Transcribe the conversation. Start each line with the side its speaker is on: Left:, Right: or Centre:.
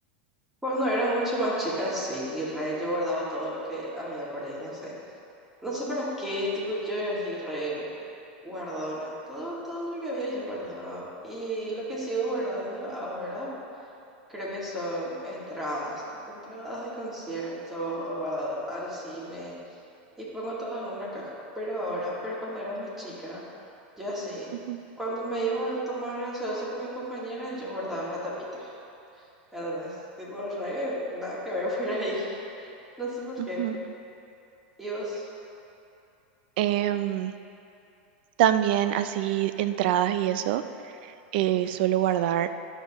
Centre: Cuando era mucho más chica, sí, re, yo guardaba todo lo que había por ahí, no sé. No sé para qué, tipo, yo era así, re guardona. Todo, todo lo que había yo guardaba. Y lo que sigo guardando ahora, creo que son entradas, tipo entradas de conciertos o a- al cine. Y pongo todo en una caja. Pero ahora, pero cuando era más chica, yo así,
Right: Ujú,
Centre: cuando me iba a tomar gaseosa con mi compañera, yo guardaba la tapita. La verdad es tipo re, nada que ver por ahí. <laughs> No sé por
Right: ujú.
Centre: qué. ¿Y vos?
Right: Em, también así entradas y eso, eh, suelo guardar.